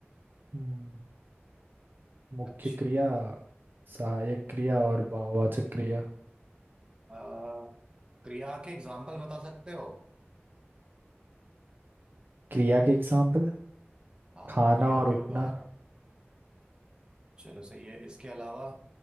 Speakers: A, on the right (about 50°); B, on the right (about 20°).
A: हम्म, मुख्य
B: अच्छा
A: क्रिया सहायक क्रिया और भाववाचक क्रिया
B: आ, क्रिया के एग्जाम्पल बता सकते हो
A: क्रिया के एग्जाम्पल
B: हाँ
A: खाना
B: क्रिया
A: और
B: के
A: उठना
B: उदाहरण चलो सही है इसके अलावा